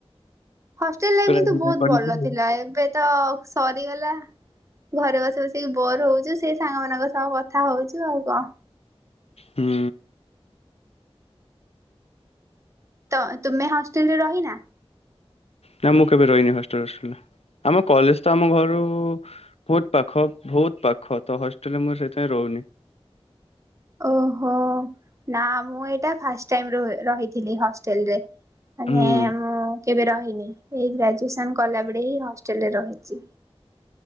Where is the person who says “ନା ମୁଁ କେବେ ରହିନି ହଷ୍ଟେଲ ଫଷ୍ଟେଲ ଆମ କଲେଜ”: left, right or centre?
Left